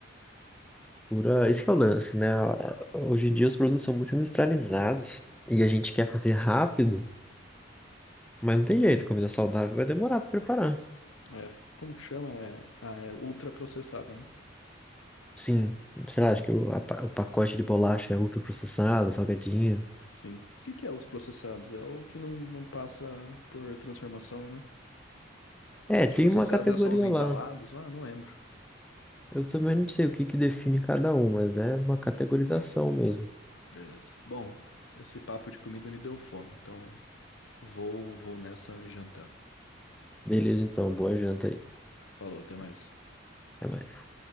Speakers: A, in the centre; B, on the left.
A: Pura... Esse que é o lance, né? Hoje em dia os produtos são muito industrializados e a gente quer fazer rápido, mas não tem jeito, comida saudável vai demorar pra preparar.
B: É. Como que chama? É, ah, é ultraprocessada, né?
A: Sim, sei lá, acho que o, a pa- o pacote de bolacha é ultraprocessado, salgadinho.
B: Sim. O que que é os processados? É o que não, não passa por transformação, né?
A: É,
B: Os
A: tem
B: processados
A: uma categoria
B: é só os embalados?
A: lá.
B: Ah, não lembro.
A: Eu também não sei o que que define cada um, mas é uma categorização mesmo.
B: Beleza. Bom, esse papo de comida me deu fome, então vou, vou nessa jantar.
A: Beleza, então, boa janta aí.
B: Falou, até mais.
A: Até mais.